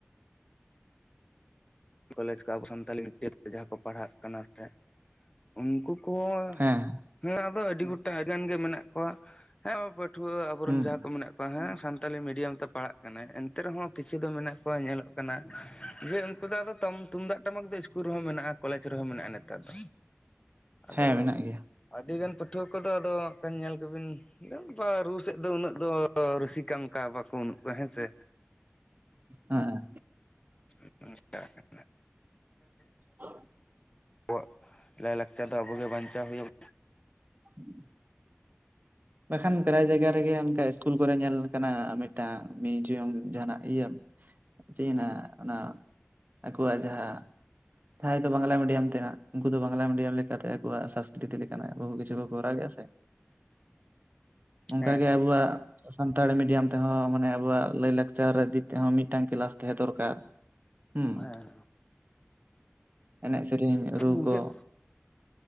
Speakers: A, on the left (about 20°); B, on the right (about 40°).
A: ᱠᱚᱞᱮᱡᱽ ᱠᱚ ᱟᱵᱚ ᱥᱟᱱᱛᱟᱞᱤ ᱢᱤᱰᱤᱭᱟᱢ ᱛᱮ ᱡᱟᱦᱟᱸ ᱠᱚ ᱯᱟᱲᱦᱟᱜ ᱠᱟᱱᱟ ᱥᱮ ᱩᱱᱠᱩ ᱠᱚ
B: ᱦᱮᱸ
A: ᱦᱮᱸ ᱟᱫᱚ ᱟᱹᱰᱤ ᱜᱚᱴᱟᱝ ᱴᱟᱜ ᱜᱟᱱ ᱜᱮ ᱢᱮᱱᱟᱜ ᱠᱚᱣᱟ ᱦᱮᱸ ᱯᱟᱹᱴᱷᱩᱣᱟᱹ ᱟᱵᱚᱨᱮᱱ
B: ᱦᱩᱸ
A: ᱡᱟᱦᱟᱸ ᱠᱚ ᱢᱮᱱᱟᱜ ᱠᱚ ᱠᱚᱣᱟ ᱦᱮᱸ ᱥᱟᱱᱛᱟᱞᱤ ᱢᱤᱰᱤᱭᱟᱢ ᱛᱮ ᱯᱟᱲᱦᱟᱜ ᱠᱟᱱᱟᱭ ᱮᱱᱛᱮ ᱨᱮᱦᱚᱸ ᱠᱤᱪᱷᱩ ᱫᱚ ᱢᱮᱱᱟᱜ ᱠᱚᱣᱟ ᱧᱮᱞᱚᱜ ᱠᱟᱱᱟ ᱡᱮ ᱩᱱ.... -ᱠᱩ ᱫᱚ ᱟᱫᱚ ᱛᱚᱢ ᱛᱩᱢᱫᱟᱜ ᱴᱟᱢᱟᱠ ᱫᱚ -ᱠᱩᱞ ᱨᱮᱦᱚᱸ ᱢᱮᱱᱟᱜᱼᱟ ᱠᱚᱞᱮᱡᱽ ᱨᱮᱦᱚᱸ ᱢᱮᱱᱟᱜᱼᱟ ᱱᱮᱛᱟᱨ ᱫᱚ, ᱟᱫᱚ
B: ᱦᱮᱸ ᱢᱮᱱᱟᱜ ᱜᱮᱭᱟ
A: ᱟᱹᱰᱤ ᱜᱟᱱ ᱯᱟᱹᱴᱷᱩᱣᱟᱹ ᱠᱚᱫᱚ ᱟᱫᱚ ᱧᱮᱞ ᱠᱚ ᱵᱤᱱ <unintelligible> ᱨᱩ ᱥᱮᱫ ᱫᱚ ᱩᱱᱟᱹᱜ ᱫᱚ ᱨᱥᱤᱠᱟ ᱚᱱᱠᱟ ᱵᱟᱠᱚ ᱵᱟᱹᱱᱩᱜ ᱠᱚᱣᱟ ᱦᱮᱸ ᱥᱮ
B: <inaudible> ᱦᱮᱸ
A: ᱪ <unintelligible>
B: ᱦ <unintelligible>
A: ᱟᱵᱚᱣᱟᱜ ᱞᱟᱭᱼᱞᱟᱠᱪᱟᱨ ᱫᱚ ᱟᱵᱚᱜᱮ ᱵᱟᱧᱪᱟᱣ ᱦᱩᱭᱩ ᱟᱵ.....
B: <unintelligible> ᱵᱟᱠᱷᱟᱱ ᱯᱨᱟᱭ ᱡᱟᱭᱜᱟ ᱨᱮᱜᱮ ᱚᱱᱠᱟ ᱤᱥᱠᱩᱞ ᱠᱚᱨᱮ ᱧᱮᱞ ᱟᱠᱟᱱᱟ ᱢᱤᱫᱴᱟᱝ ᱢᱤᱭᱩᱡᱤᱭᱟᱢ ᱡᱟᱦᱱᱟᱜ ᱤᱭᱟᱹ ᱪᱮᱫ ᱦᱮᱱᱟᱜ-ᱟ ᱚᱱᱟ ᱟᱠᱚᱣᱟᱜ ᱡᱟᱦᱟᱸ ᱡᱟᱦᱟᱸᱭ ᱫᱚ ᱵᱟᱝᱞᱟ ᱢᱤᱰᱤᱭᱟᱢ ᱛᱮ ᱦᱟᱸᱜ ᱩᱱᱠᱩ ᱫᱚ ᱵᱟᱝᱞᱟ ᱢᱤᱰᱤᱭᱟᱢ ᱞᱮᱠᱟᱛᱮ ᱟᱠᱩᱣᱟᱜ ᱥᱟᱸᱥᱠᱨᱤᱛᱤ ᱞᱮᱠᱟᱱᱟᱜ ᱵᱩᱦᱩ ᱠᱤᱪᱷᱩ ᱠᱚ ᱠᱚᱨᱟᱣ ᱜᱮᱭᱟ ᱥᱮ‌ ᱚᱱᱠᱟ
A: ᱦᱮᱸ
B: ᱜᱮ
A: ᱦᱮᱸ
B: ᱟᱵᱚᱣᱟᱜ ᱥᱟᱱᱛᱟᱲᱤ ᱢᱤᱰᱤᱭᱟᱢ ᱛᱮᱦᱚᱸ ᱢᱟᱱᱮ ᱟᱵᱚᱣᱟᱜ ᱞᱟᱹᱭ ᱞᱟᱠᱪᱟᱨ ᱤᱫᱤ ᱛᱮᱦᱚᱸ ᱢᱤᱫᱴᱟᱝ ᱠᱮᱞᱟᱥ ᱛᱟᱦᱮᱸ ᱫᱚᱨᱠᱟᱨ ᱦᱩᱸ
A: ᱦᱮᱸ
B: ᱮᱱᱮᱡ ᱥᱮᱨᱮᱧ ᱨᱩ
A: ᱱᱤᱦᱟᱹᱛ
B: ᱠᱚ